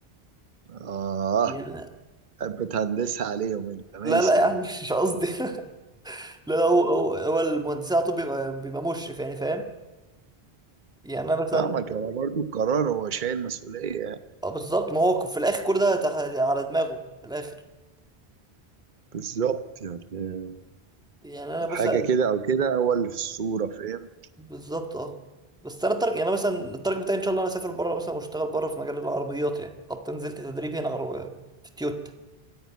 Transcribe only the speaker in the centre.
يا-
لا
لا
يا
عم مش قصدي <laughs> لا لا هو هو هو المهندسين على طول بيبقى بيبقى مشرف يعني فاهم يعني انا مثلا
اه بالظبط ما هو في الاخر كل ده تح- يعني على دماغه من الاخر
يعني انا مثلا
بالظبط اه بس انا التارجت يعني انا مثلا التارجت بتاعي ان شاء الله انا اسافر بره مثلا واشتغل بره في مجال العربيات يعني حتى نزلت تدريب هنا عربية في تويوتا